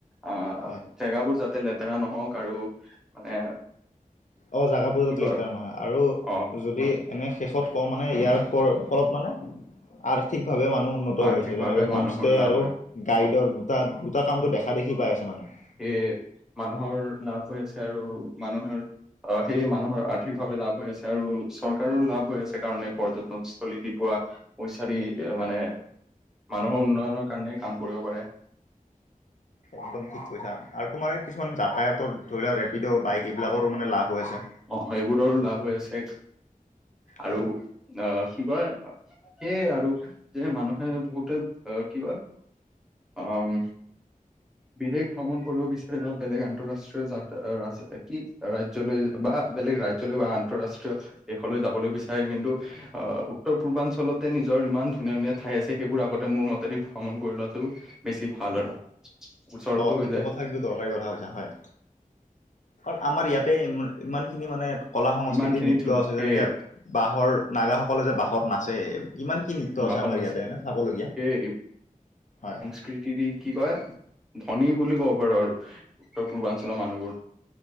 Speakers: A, in the centre; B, on the left (about 60°).
A: অহ,
B: হয়
A: জেগাবোৰ যাতে লেতেৰা নহওঁক আৰু মানে
B: অহ, জেগাবোৰ যাতে
A: কি কয়
B: লেতেৰা নহয় আৰু
A: অ
B: যদি এনেই শেষত কওঁ মানে ইয়াৰ ফ-ফলত মানে আৰ্থিকভাৱে মানুহ উন্নত
A: আৰ্থিকভাৱে
B: হৈ আছে যেনেকে হোমষ্টে
A: মানুহৰ লাভ
B: আৰু
A: হয়
B: গাইডৰ
A: অ
B: দুটা-দুটা কামটো দেখা-দেখি পাই আছে মানুহে।
A: সেয়ে, মানুহৰ লাভ হৈ আছে আৰু মানুহৰ অহ, সেয়ে মানুহৰ আৰ্থিকভাৱে লাভ হৈ আছে আৰু চৰকাৰৰো লাভ হৈ আছে কাৰণে পৰ্যটনস্থলী দি পোৱা পইচা দি
B: হয়
A: মানে মানুহৰ উন্নয়নৰ কাৰণেই কাম কৰিব পাৰে।
B: একদম ঠিক কৈছা আৰু তোমাৰ কিছুমান যাতায়াতৰ ধৰিলোৱা ৰেপিড', বাইক এইবিলাকৰো মানে লাভ হৈ আছে।
A: অহ, সেইবোৰৰো লাভ হৈ আছে আৰু
B: হয়
A: অহ, কি কয়? সেয়ে আৰু, <unintelligible> মানুহে বহুতে অ' কি কয় অ'। বিদেশ ভ্ৰমণ কৰিব বিচাৰে বা বেলেগ আন্তঃৰাষ্ট্ৰীয় জাত ৰাজ কি ৰাজ ৰাজ্যলৈ বা বেলেগ ৰাজ্যলৈ বা আন্তঃৰাষ্ট্ৰীয় দেশলৈ যাবলৈ বিচাৰে কিন্তু আহ উত্তৰ পূৰ্বাঞ্চলতে নিজৰ ইমান ধুনীয়া ধুনীয়া ঠাই আছে, সেইবোৰ আগতে মোৰ মতেদি ভ্ৰমণ কৰি লোৱাটো বেছি ভাল আৰু। ওচৰতো
B: অ',
A: হৈ
B: এইটো
A: যায়
B: কথা কিন্তু দৰকাৰী কথা কৈছা, হয়। কাৰণ আমাৰ ইয়াতে ই-ইমানখিনি মানে কলা সংস্কৃতি
A: ইমান খিনি
B: নৃত্য
A: ধুনীয়া
B: আছে,
A: সেয়ে
B: যেনেকে বাঁহৰ নাগাসকলে যে বাঁহত নাচে কিমান কি নৃত্য
A: বাহন
B: আছে আমাৰ
A: নাচ
B: ইয়াতে চাবলগীয়া,
A: সেই
B: হয়।
A: <unintelligible> দি কি কয় ধনী বুলি কব পাৰো আৰু। উত্তৰ পূৰ্বাঞ্চলৰ মানুহবোৰ,